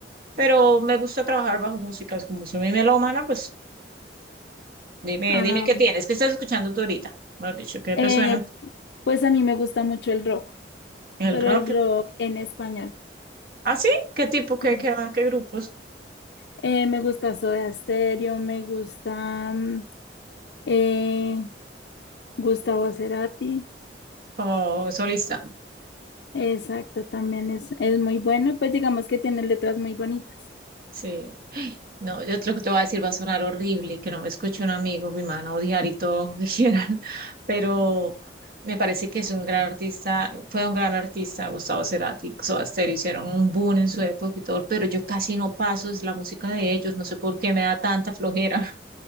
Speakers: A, on the right; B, on the left.
A: pero me gusta trabajar bajo música, es como soy mi melómana, pues dime,
B: Ah,
A: dime qué tienes, qué estás escuchando tú ahorita. Mejor dicho, ¿qué te
B: eh,
A: suena?
B: pues a mí me gusta mucho el rock,
A: El
B: pero
A: rock.
B: el rock en español.
A: ¿Ah, sí? ¿Qué tipo, qué,
B: Sí.
A: qué, van, qué grupos?
B: Eh, me gusta Soda Stereo, me gusta mm, eh, Gustavo Cerati.
A: Como solista.
B: Exacto, también es, es muy bueno. Pues digamos que tiene letras muy bonitas.
A: Sí. <gasps> Ay, No, yo creo que te voy a decir, va a sonar horrible y que no me escuche un amigo, mi mano, odiar y todo, <laughs> dijeran. Pero me parece que es un gran artista, fue un gran artista, Gustavo Cerati, Soda Stereo, hicieron un boom en su época y todo, pero yo casi no paso, es la música de ellos, no sé por qué me da tanta flojera.